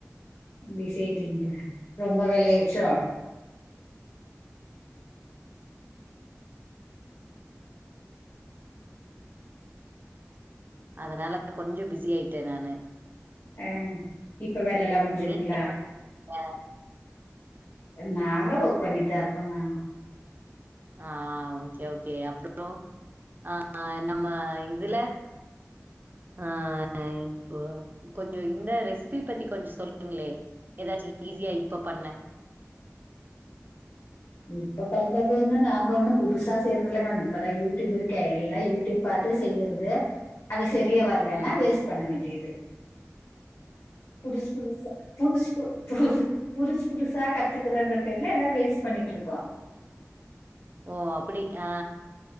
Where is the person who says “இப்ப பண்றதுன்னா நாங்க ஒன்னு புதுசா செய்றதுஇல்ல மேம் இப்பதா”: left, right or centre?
Left